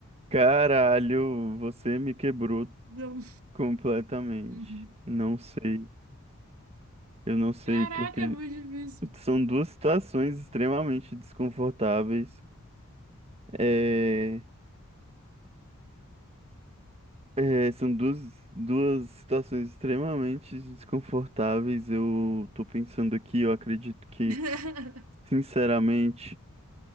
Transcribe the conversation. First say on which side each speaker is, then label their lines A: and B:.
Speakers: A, on the right; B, on the right.
A: Caralho, você me quebrou
B: Não.
A: completamente.
B: Uhum.
A: Não sei, eu não sei
B: Caraca,
A: porque
B: é muito difícil.
A: são duas situações extremamente desconfortáveis. É, é, são duas, duas situações extremamente desconfortáveis. Eu tô pensando aqui, eu acredito que,
B: <laughs>
A: sinceramente,